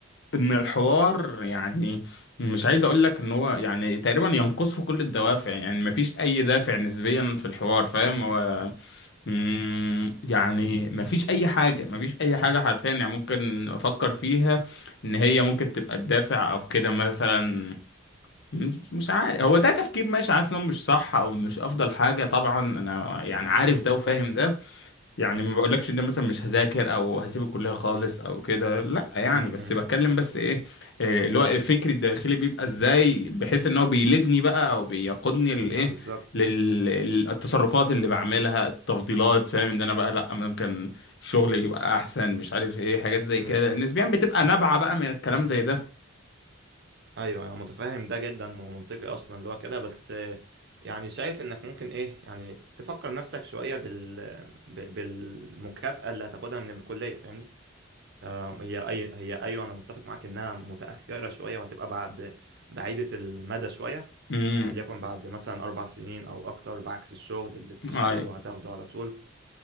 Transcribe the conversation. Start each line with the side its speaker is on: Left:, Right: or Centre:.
Left: ان الحوار يعني مش عايز اقول لك ان هو يعني تقريبا ينقصه كل الدوافع يعني مفيش اي دافع نسبيا في الحوار فاهم هو مم، يعني مفيش اي حاجه مفيش اي حاجه حرفيا يعني ممكن افكر فيها ان هي ممكن تبقى الدافع او كده مثلا مش مش عارف هو ده تفكير ماشي عارف انه مش صح او مش افضل حاجه طبعا انا يعني عارف ده وفاهم ده يعني ما بقولكش ان أنا مثلا مش هذاكر او هسيب الكليه خالص او كده لا يعني
Right: م
Left: بس
Right: -م.
Left: بتكلم بس ايه إيه اللي هو الفكر الداخلي بيبقى ازاي بحيث ان هو بيلدني بقى او بيقودني للايه
Right: ما بالظبط
Left: للتصرفات اللي بعملها التفضيلات فاهم ان انا بقى لا ممكن الشغل يبقى احسن مش عارف ايه حاجات زي
Right: امم
Left: كده نسبيا بتبقى نابعه بقى من الكلام زي ده
Right: ايوه انا متفاهم ده جدا ومنطقي اصلا اللي هو كده بس آه، يعني شايف انك ممكن ايه يعني تفكر نفسك شويه بال ب- بالمكافاه اللي هتاخدها من الكليه فاهمني آه، هي اي هي ايوه انا متفق معاك انها متاخره شويه وهتبقى بعد بعيده المدى شويه
Left: امم
Right: وليكن بعد مثلا اربع سنين او اكتر بعكس الشغل اللي بتشتغله
Left: اي
Right: هتاخده على طول